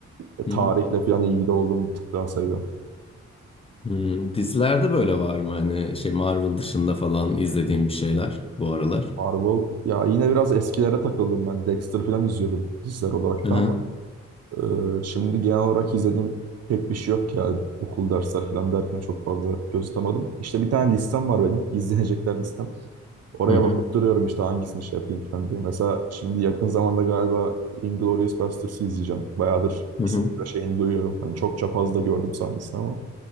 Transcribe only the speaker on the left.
Hı
hı.
Hmm, dizilerde böyle var mı hani şey Marvel dışında falan izlediğin bir şeyler bu aralar?
Hı hı.
Hı hı.
Hı
hı.